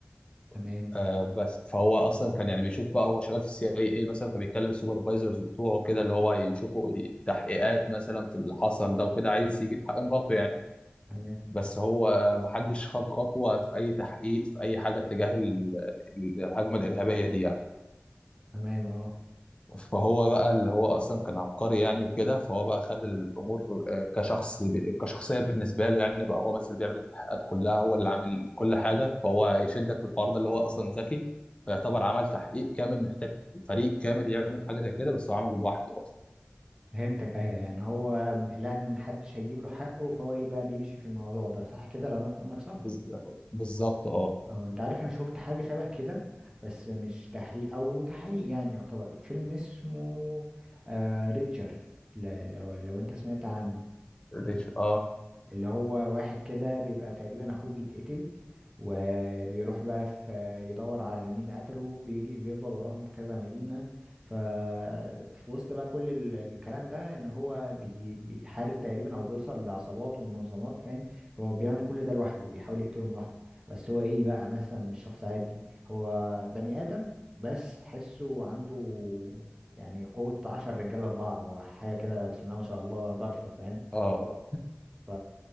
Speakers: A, on the right; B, on the left.
A: تمام
B: آه بس فهو اصلا كان يعني بيشوف بقى هو شغال في السي اي اي مثلا فبيتكلم السوبرفايزرز بتوعه كده اللي هو يشوفوا تحقيقات مثلا في اللي حصل ده وكده عايز يجيب حق مراته يعني
A: تمام
B: بس هو محدش خد خطوة في أي تحقيق في أي حاجة اتجاه ال- الهجمة الإرهابية دي يعني
A: تمام اه
B: فهو بقى اللي هو أصلا كان عبقري يعني وكده فهو بقى خد الأمور آه، كشخص ب- كشخصية بالنسبة له يعني بقى هو بس اللي بيعمل التحقيقات كلها هو اللي عامل كل حاجة فهو يشدك في الحوار ده اللي هو أصلا ذكي فيعتبر عمل تحقيق كامل محتاج فريق كامل يعمل حاجة زي كده بس هو عمله لوحده أصلا
A: فهمتك ايوه يعني هو لان محدش هيجيب له حقه فهو ايه بقى بيمشي في الموضوع ده صح كده لو انا فاهمك صح
B: بز- بالظبط اه
A: اه انت عارف انا شفت حاجه شبه كده بس مش تحقيق او تحقيق يعني يعتبر فيلم اسمه آه ريتشر ل- لو لو انت سمعت عنه
B: ريتش اه
A: اللي هو واحد كده بيبقى تقريبا اخوه بيتقتل وبيروح بقى في يدور على مين قتله بيجي بيفضل وراهم في كذا مدينة ف في وسط بقى كل ال- الكلام ده ان هو بي... بيحارب تقريبا او بيوصل لعصابات ومنظمات فاهم هو بيعمل كل ده لوحده بيحاول يقتلهم لوحده بس هو ايه بقى مثلا مش شخص عادي هو بني آدم بس تحسه عنده يعني قوة عشر رجالة في بعض هو حاجة كده بسم الله ما شاء الله ضرفة فاهم
B: اه آه.
A: ف